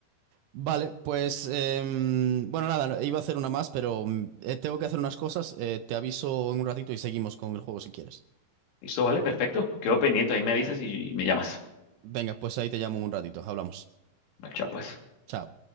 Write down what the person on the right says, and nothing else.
Vale, pues, em, bueno, nada, no- iba a hacer una más, pero mm, eh, tengo que hacer unas cosas. eh, te aviso en un ratito y seguimos con el juego si quieres.
Venga, pues ahí te llamo en un ratito. Hablamos.
Chao.